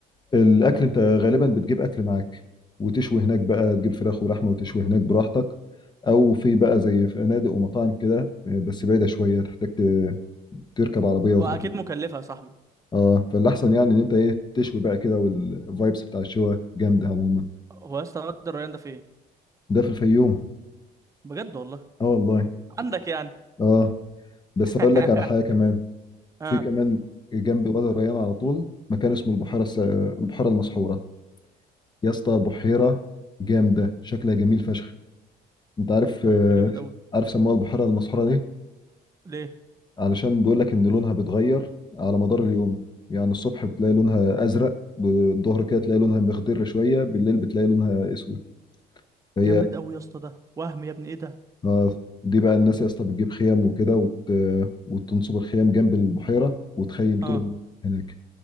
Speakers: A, on the left (about 25°); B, on the right (about 20°).
A: الاكل انت غالبا بتجيب اكل معاك وتشوي هناك بقى تجيب فراخ ولحمه وتشوي هناك براحتك او في بقى زي فنادق ومطاعم كده بس بعيده شويه تحتاج ت- تركب عربيه وتروح
B: واكيد
A: لها
B: مكلفه يا صاحبي
A: اه فالاحسن يعني ان انت ايه تشوي بقى كده والفايبس بتاع الشوا جامده عموما
B: هو يا اسطى واد الريان ده فين
A: ده في الفيوم
B: بجد والله
A: اه والله
B: عندك يعني
A: اه بس
B: <laughs>
A: اقول لك على حاجه كمان
B: اه
A: في كمان جنب وادي الريان على طول مكان اسمه البحيره الس... البحيره المسحوره يا اسطى بحيره جامده شكلها جميل فشخ انت عارف
B: طب
A: آه،
B: ده جامد
A: عارف سموها البحيرة المسحورة ليه؟
B: قوي
A: علشان بيقول لك ان لونها بيتغير على مدار اليوم يعني الصبح بتلاقي لونها ازرق بالظهر كده تلاقي لونها مخضر شوية بالليل بتلاقي لونها اسود فهي
B: جامد قوي يا اسطى ده وهم يا ابني ايه ده
A: آه، دي بقى الناس يا اسطى بتجيب خيم وكده وت... آه، وتنصب الخيم جنب البحيرة وتخيم طول
B: اه
A: النهار هناك